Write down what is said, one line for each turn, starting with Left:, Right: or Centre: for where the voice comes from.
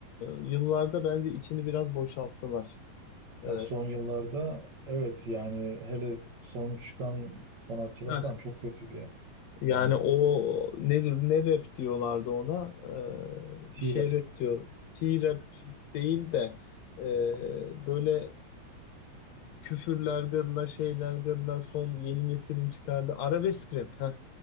Left: e, yıllarda bence içini biraz boşalttılar. Ee,
Right: Ya son yıllarda evet yani hele son çıkan sanatçılar
Left: heh.
Right: falan çok kötüydü ya.
Left: Yani
Right: Yani
Left: o ne, ne rap diyorlardı ona? Ee,
Right: T-Rap.
Left: bir şey rap diyor. T-rap değil de e, böyle küfürler gırla şeyler gırla son yeni neslin çıkardığı arabesk rap. Heh.